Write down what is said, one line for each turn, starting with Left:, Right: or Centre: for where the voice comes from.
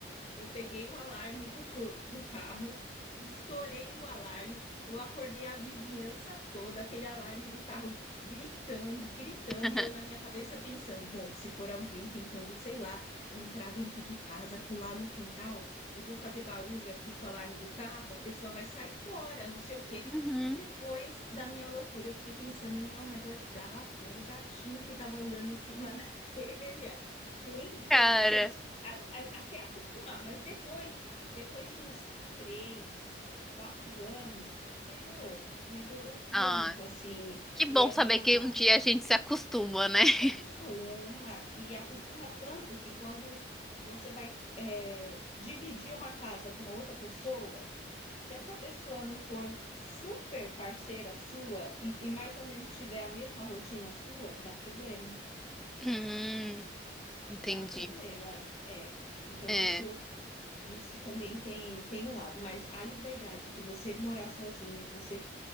Left: eu peguei o alarme do, <laughs> do carro, estourei o alarme, eu acordei a vizinhança toda, aquele alarme do carro gritando, gritando,
Centre: <laughs> Aham.
Left: e eu na minha cabeça pensando: bom, se for alguém tentando, sei lá, entrar dentro de casa, pular no quintal, eu vou fazer barulho aqui com o alarme do carro, a pessoa vai sair fora, não sei o quê.
Centre: Uhum,
Left: E depois da minha loucura, eu fiquei pensando: não, mas era o gato, era o gatinho que estava andando em cima <laughs> da telha. Tem, tem,
Centre: cara.
Left: a gente a- a- até acostumar, mas depois, depois de uns três, quatro anos, melhorou, melhorou muito,
Centre: Ah,
Left: assim,
Centre: que
Left: e
Centre: bom
Left: é
Centre: saber
Left: uma,
Centre: que um dia a gente se acostuma, né? <laughs>
Left: você acostuma, e acostuma tanto que quando você vai é, dividir uma casa com uma outra pessoa, se essa pessoa não for super parceira sua e, e mais ou menos tiver a mesma rotina sua, dá problema,
Centre: Hum, entendi.
Left: dá problema, é. Então,
Centre: É,
Left: isso Isso também tem, tem um lado, mas a liberdade de você morar sozinho e você